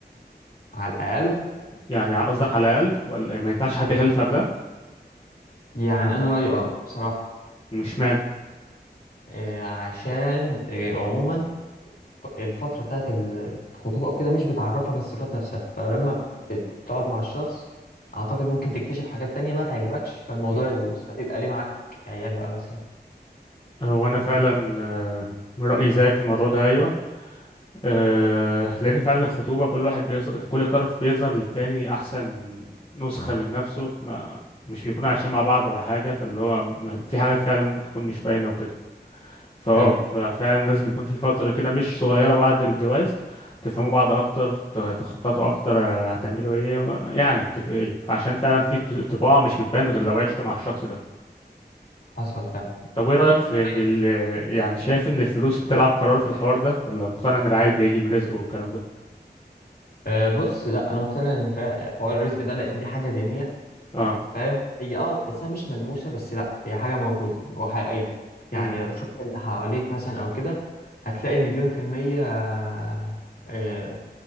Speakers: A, on the left (about 60°); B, on the left (about 35°).
A: على الاقل
B: يعني قصدك على الأقل ولا ما ينفعش حد يخلف قبلها
A: يعني انا رايي اه بصراحه
B: مش مان
A: آه عشان آه عموما الفتره بتاعت الخطوبه او كده مش بتعرفك الصفات نفسها فلما بتقعد مع الشخص اعتقد ممكن تكتشف حاجات تانية ما تعجبكش فالموضوع
B: مم.
A: يبوظ فتبقى ليه معاك عيال بقى مثلا
B: هو أنا
A: مم.
B: فعلا أه، من رأيي زيك في الموضوع ده أيوه أه، لأن فعلا الخطوبة كل واحد بيظهر كل طرف بيظهر للتاني أحسن نسخة من نفسه ما مش بيكونوا عايشين مع بعض ولا حاجة فاللي هو م- في حاجات فعلا ممكن تكون مش باينة وكده فاه
A: ايوه
B: ففعلا لازم يكون في فترة كده مش صغيرة بعد الجواز تفهموا بعض أكتر ت- تخططوا أكتر آه، هتعملوا إيه و- يعني تف... عشان فعلا في ط- طباع مش بتبان غير لو عشت مع الشخص ده
A: حصل فعلا
B: طب إيه رأيك في إن
A: طيب.
B: ال... يعني شايف إن الفلوس بتلعب قرار في الحوار ده ولا مقتنع إن العيل بيجي برزقه والكلام ده؟
A: آه بص لا انا مقتنع ان فع- حوار الرزق ده لان دي حاجه دينيه
B: اه
A: فاهم هي اه تحسها مش ملموسة بس لا هي حاجة موجودة وحقيقية يعني
B: امم
A: لو شفت اللي حواليك مثلا أو كده هتلاقي مليون في المية آه، آه،